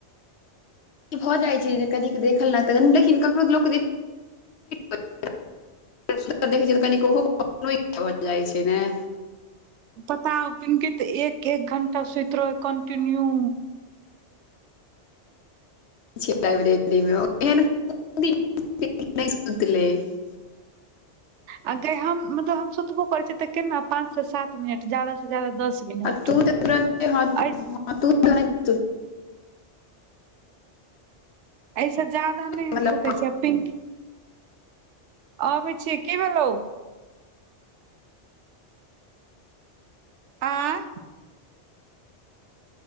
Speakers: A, on the left; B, on the right.
A: ई भऽ जाइ छै जे कनिक देखल नै तऽ देखिन ककरो लोक <unintelligible> सुतल देखै छै तऽ कनिके <unintelligible> भऽ जाइ छै ने
B: पता हाउ पिन्की तऽ एक एक घण्टा सुयत रहय कन्टिन्यू
A: <unintelligible>
B: आयगे हम मतलब हम सुतबो करै छियै तऽ केन्ना पाँच से सात मिनट ज्यादा सऽ ज्यादा दस मिनट
A: <inaudible>
B: एहि अयसे ज्यादा नै हम
A: मतलब
B: सुतै छियै पिंक अबै छियै कि भेलौ आँय